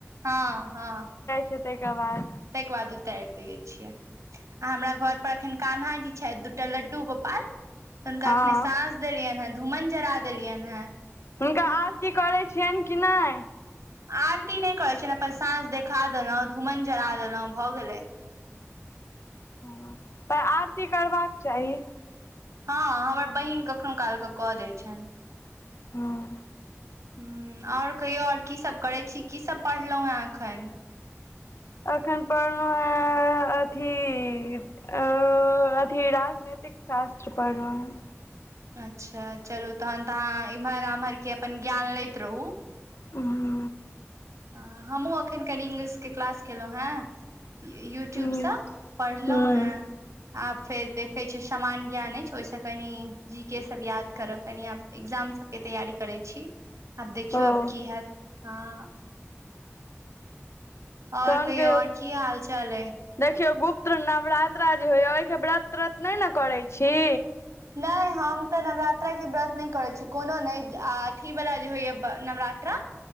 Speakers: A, on the right; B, on the left.
A: हँ हँ
B: फेर तैके बाद
A: तैके बाद उतार दै छियै आ हमरा घर पर एखन कान्हा जी छथि दूटा लड्डू गोपाल तऽ हुनका
B: हँ
A: अखने साँझ देलियन है धूमन जरा देलियन है
B: हुनका आरती करै छियैनि कि नै?
A: आरती नै करै छीयैनि अपन साँझ देखा देलौं धूमन जरा देलौं भऽ गेलै।
B: हॅं पर आरती करबाक चाही।
A: हँ हमर बहिन कखनो काल क कऽ दै छैन।
B: हॅं
A: हूं और कहियौ और की सब करै छी की सब पढ़लौं हैं अखनि?
B: अखन पढ़लौं हैं अथी अ अथी राजनैतिक शास्त्र पढ़लौं हैं।
A: अच्छा चलू तहन तऽ अहाँ इम्हर आम्हर के अपन ज्ञान लैत रहू
B: उहूं
A: अं हमहूँ अखनि कनी इंग्लिश के क्लास केलौं हैं। यू यूट्यूब
B: हूँ
A: स पढ़लौं
B: हूँ
A: हैं
B: हूँ
A: आब फेर देखै छी शमान ज्ञान अछि ओइस कनि जी के सब याद करब कनी आब एग्जाम सब के तैयारी करै छी आब देखियौ
B: ओ
A: आब की हैत, हां और
B: तहन
A: कहयो
B: कहियौ
A: और की हाल चाल अइ?
B: देखियौ गुप्त्र नवरात्रा जे होइया ओइके व्रत त्रत नै ने करै छी।
A: नै हम तऽ नवरात्राके व्रत नै करै छी कोनो नै ज आ अथी बला जे होइया ब नवरात्रा